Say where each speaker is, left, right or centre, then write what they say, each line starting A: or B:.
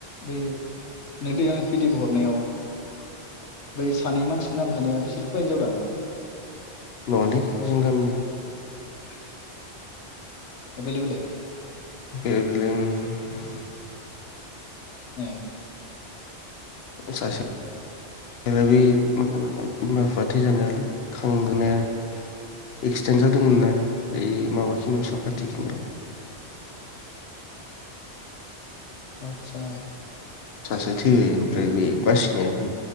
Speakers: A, on the left; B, on the left.
A: बै नों दै आं पिडि एफ हरनायाव बै सानै मानसिनि नाम थानाया बिसोर हौवा हिन्जाव दां
B: नङालै जों गामिनि
A: <unintelligible> एभेलएबोल ए
B: <unintelligible>
A: उम
B: सासे दालायबै बिमा बिफा थैजानायालाय खांहोनाया एक्सिडेन्ट जादोंमोन ना एै माबााखिनि सब खाथिखिनियाव
A: <unintelligible> आदसा
B: सासे थोयो ओमफ्राय
A: उम उम
B: बे
A: उम
B: बासिनाया बे